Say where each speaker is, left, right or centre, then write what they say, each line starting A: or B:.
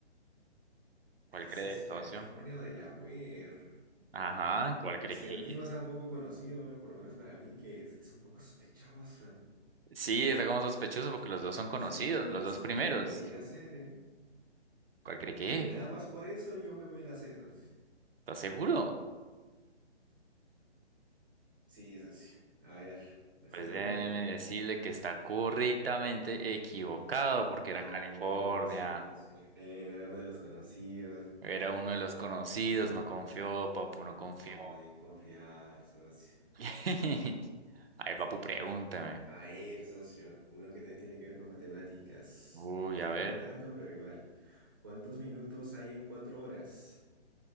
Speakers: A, on the right (about 55°); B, on the right (about 20°).
A: ¿cuál
B: Texas,
A: cree,
B: California
A: socio?
B: o Delaware.
A: Ajá, ¿cuál cree
B: Es
A: que
B: que el último
A: es?
B: es tan poco conocido, bueno, por lo menos para mí, que es, es un poco sospechosa.
A: Sí, está como sospechoso porque los dos son conocidos,
B: Sí,
A: los
B: es
A: dos primeros.
B: que podría ser, ¿eh?
A: ¿Cuál cree que
B: Mire,
A: es?
B: nada más por eso yo me voy a las esas.
A: ¿Estás seguro?
B: Sí, socio. A ver, no estoy
A: Pues
B: seguro,
A: déjeme
B: pero.
A: decirle que está correctamente equivocado porque
B: No,
A: era California.
B: socio. Él era uno de los conocidos.
A: Era uno de los conocidos, no confió, papu, no confió.
B: No, de confiar, socio.
A: <laughs> Ay, papu, pregúnteme.
B: A ver, socio. Uno que también tiene que ver con matemáticas.
A: Uy, a
B: O
A: ver.
B: sea, no tanto, pero igual. ¿Cuántos minutos hay en cuatro horas?